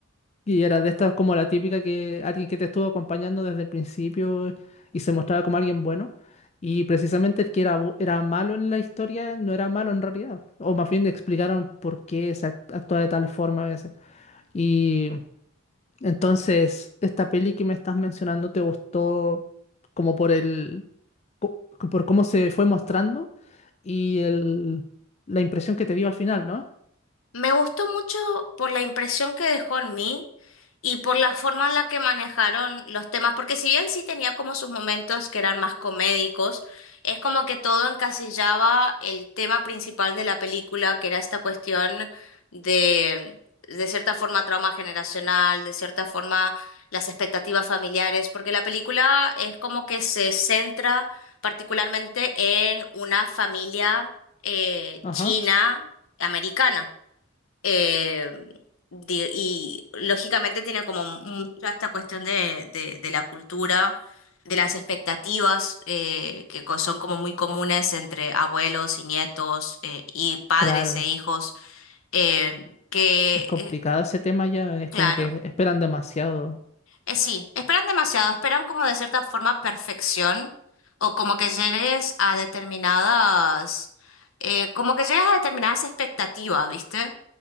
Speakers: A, on the left; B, on the left.
A: Y era de estas como la típica que alguien que te estuvo acompañando desde el principio y se mostraba como alguien bueno. Y precisamente el que era, bu- era malo en la historia no era malo en realidad. O más bien le explicaron por qué se act- actúa de tal forma a veces. Y entonces, esta peli que me estás mencionando te gustó como por el, co- por cómo se fue mostrando y el, la impresión que te dio al final, ¿no?
B: Me gustó mucho por la impresión que dejó en mí y por la forma en la que manejaron los temas, porque si bien sí tenía como sus momentos que eran más comédicos, es como que todo encasillaba el tema principal de la película, que era esta cuestión de, de cierta forma, trauma generacional, de cierta forma, las expectativas familiares, porque la película es como que se centra particularmente en una familia eh,
A: Ajá,
B: china americana. Eh, di- y lógicamente tiene como mucha esta cuestión de, de, de la cultura, de las expectativas eh, que co- son como muy comunes entre abuelos y nietos eh, y padres
A: claro.
B: e hijos, eh, que,
A: Es complicado
B: eh,
A: ese tema ya, es
B: claro,
A: como que esperan demasiado.
B: eh, sí, esperan demasiado, esperan como de cierta forma perfección o como que llegues a determinadas, eh, como que llegas a determinadas expectativas, ¿viste?